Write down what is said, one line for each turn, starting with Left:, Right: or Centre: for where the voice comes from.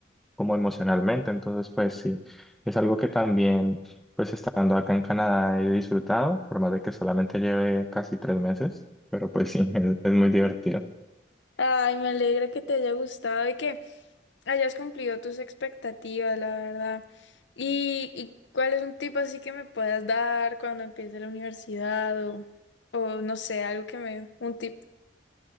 Centre: como emocionalmente. Entonces, pues sí, es algo que también estando acá en Canadá he disfrutado, por más de que solamente lleve casi tres meses, pero pues sí, <laughs> es, es muy divertido.
Left: Ay, me alegra que te haya gustado y que hayas cumplido tus expectativas, la verdad. ¿Y, y cuál es un tip así que me puedas dar cuando empiece la universidad o, o no sé, algo que me, un tip?